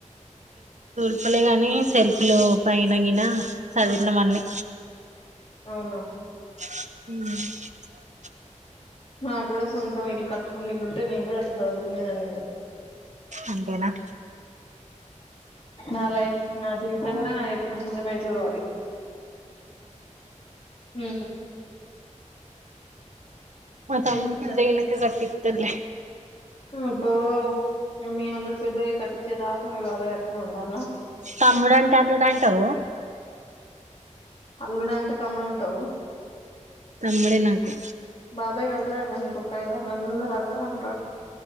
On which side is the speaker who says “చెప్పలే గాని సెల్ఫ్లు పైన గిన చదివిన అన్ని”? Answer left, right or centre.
Right